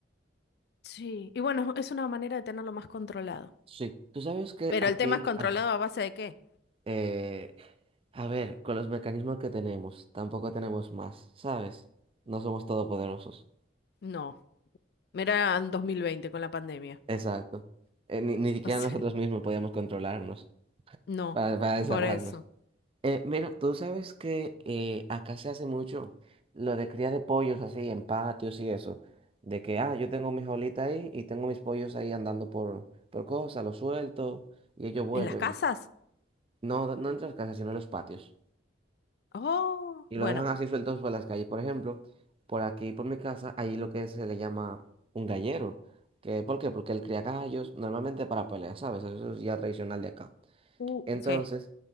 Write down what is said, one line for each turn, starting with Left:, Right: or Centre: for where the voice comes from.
Left: Sí, y bueno, es una manera de tenerlo más controlado.
Right: Sí, tú sabes que
Left: Pero
Right: aquí...
Left: el tema es controlado
Right: ah,
Left: a base de qué?
Right: Eh, a ver, con los mecanismos que tenemos, tampoco tenemos más, ¿sabes? No somos todopoderosos.
Left: No, mira en 2020 con la pandemia.
Right: Exacto. Eh, ni, ni siquiera
Left: O sea,
Right: nosotros
Left: <laughs>
Right: mismos podíamos controlarnos
Left: no,
Right: para, para encerrarnos.
Left: por eso.
Right: Eh, mira, tú sabes que eh, acá se hace mucho lo de cría de pollos así en patios y eso. De que, ah, yo tengo mi jaulita ahí y tengo mis pollos ahí andando por, por cosas, los suelto y ellos vuelven.
Left: ¿En las casas?
Right: No, no en las casas, sino en los patios.
Left: Oh,
Right: y lo
Left: bueno.
Right: dejan así sueltos por las calles. Por ejemplo, por aquí, por mi casa, hay lo que se le llama un gallero. Que, ¿por qué? Porque él cría gallos normalmente para peleas, ¿sabes? Eso es ya tradicional de acá.
Left: Uh,
Right: Entonces,
Left: sí,